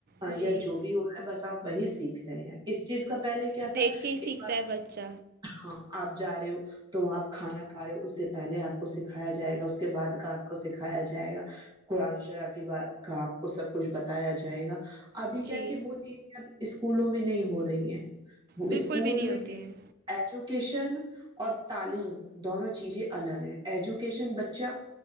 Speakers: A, on the right; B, on the right.
A: جی
B: یا جو بھی ہوا بس آپ وہی سیکھ رہے ہیں اس چیز کا پہل کیا تھا
A: دیکھ
B: ایکار
A: کے ہی سیکھتا ہے بچہ
B: ہاں آپ جا رہے ہو تو وہاں آپ کھانا کھا رہے ہو اس سے پہلے آپ کو سکھایا جائے گا اس کے بعد کا آپ کو سکھایا جائے گا قرآن شرفی ب کا آپ کو سب کچھ بتایا جائے گا ابھی
A: جی
B: کیا کہ وہ چیز اسکولوں میں نہیں ہو رہی ہیں وہ
A: بالکل
B: اسکول
A: بھی نہیں
B: میں
A: ہوتی ہیں
B: ایجو کین اور تعلیم دونوں چیزیں الگ ہیں ایجوکیشن بچہ